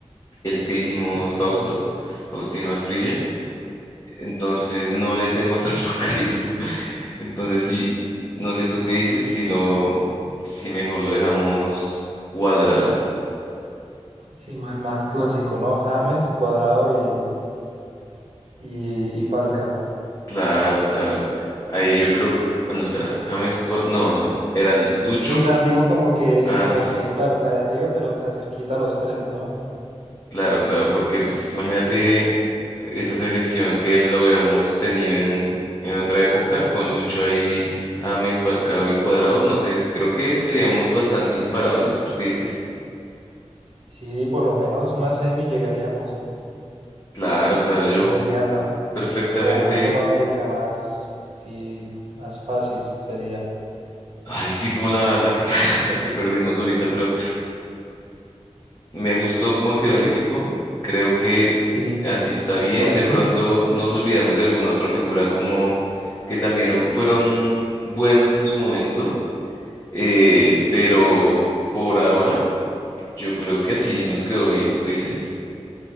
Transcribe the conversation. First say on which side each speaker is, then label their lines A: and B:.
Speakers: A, on the left; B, on the right.
A: el que dijimos
B: el Tino,
A: Fausto, Faustino Asprilla. Entonces no le tengo tanto <laughs> cariño. Entonces sí, no sé tú qué dices, si lo, si mejor lo dejamos cuadrado.
B: sí, ma- más, clásico, ¿no? James, Cuadrado y, y, y Falcao.
A: Claro, claro. Ahí yo creo, ah, no, espera, James, Cua- no, no, era Lucho.
B: No, o sea, digo como que,
A: Ah,
B: como
A: sí, sí.
B: que, claro, o sea, de arriba, pero o sea, cerquita a los tres, ¿no?
A: Claro, claro, porque pues imagínate esa selección que la hubiéramos tenido en, en otra época, con Lucho ahí, James, Falcao y Cuadrado, no sé, creo que seríamos bastante imparables, ¿tú qué dices?
B: Sí, por lo menos una semi llegaríamos
A: Claro, claro, yo
B: al Mundial, ¿no?
A: perfectamente,
B: O una Copa América más, sí, más fácil sería.
A: ay sí, como la, la que, <laughs> la que perdimos ahorita, pero me gustó cómo quedó
B: Eh,
A: el equipo, creo que
B: Sí,
A: así está bien,
B: bueno,
A: de pronto nos olvidamos de alguna otra figura como que también fueron buenos en su momento Eh, pero por ahora, yo creo que así nos quedó bien. ¿Tú qué dices?